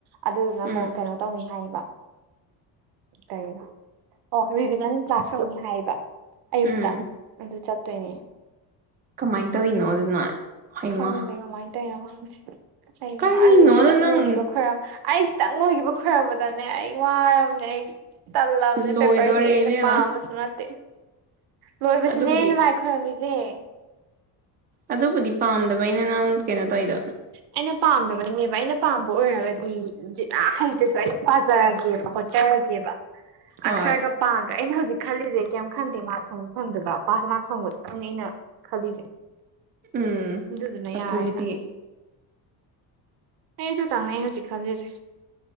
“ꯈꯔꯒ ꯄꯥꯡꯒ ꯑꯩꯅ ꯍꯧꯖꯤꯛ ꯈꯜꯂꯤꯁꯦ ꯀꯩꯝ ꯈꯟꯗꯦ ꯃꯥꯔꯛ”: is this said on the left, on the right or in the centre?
Right